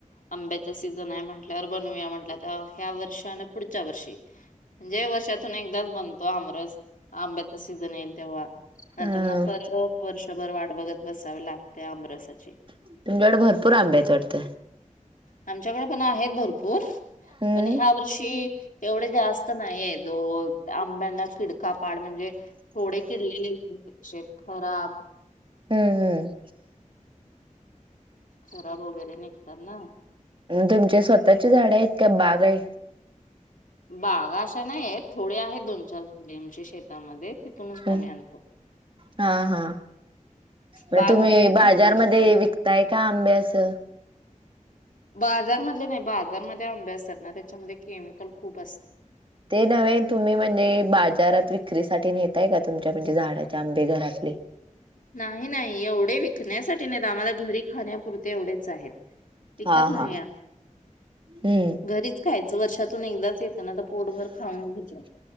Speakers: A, on the left; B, on the right.
A: आंब्याचा सीझन आहे म्हंटल -- तर बनूया म्हटलं तर ह्या वर्षी आण पुढच्या वर्षी म्हणजे वर्षातून एकदाच बनतो आमरस आंब्याचा सीझन येईल तेव्हा नंतर
B: अ
A: मग परत वर्षभर वाट बघत बसावे लागते आमरसाचे
B: तुमच्याकड भरपूर आंबे हाइत वाटत.
A: आमच्याकडे पण आहेत भरपूर
B: हम्म
A: पण ह्या वर्षी एवढे जास्त नाहीयेत ओ आंब्यांना किडकापाड म्हणजे थोडे किडलेले असे खराब
B: हम्म
A: खराब वगैरे निघतात ना
B: तुमच्या स्वतःची झाड आहेत का बाग आहे
A: बागा अशा नायेत थोडे आहेत दोन चार थोडे आमचे अशे शेतामध्ये तिथूनच
B: ह
A: आम्ही आणतो.
B: हा हा म
A: बाग
B: तुम्ही
A: वगैरे नाही
B: बाजारमध्ये
A: एवढं.
B: विकताय का आंबे असं
A: बाजारमधले नाही बाजारमध्ये आंबे असतात ना त्याच्यामध्ये केमिकल खूप असत
B: ते नव्हे तुम्ही म्हणजे बाजारात विक्रीसाठी नेताय का तुमच्या म्हणजे झाडाचे आंबे घरातले
A: नाही नाही एवढे विकण्यासाठी नाहीत आम्हाला घरी खाण्यापुरते एवढेच -- चहेत विकत
B: हा
A: नाहीत
B: हा हम्म
A: घरीच खायच वर्षातून एकदाच येतं नाता पोटभर खाऊन घेत --